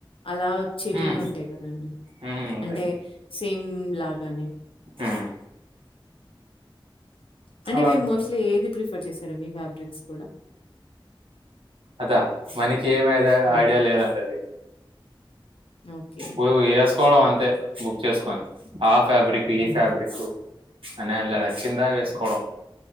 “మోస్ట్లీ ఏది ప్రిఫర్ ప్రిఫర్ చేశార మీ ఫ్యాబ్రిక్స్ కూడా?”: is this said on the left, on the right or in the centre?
Left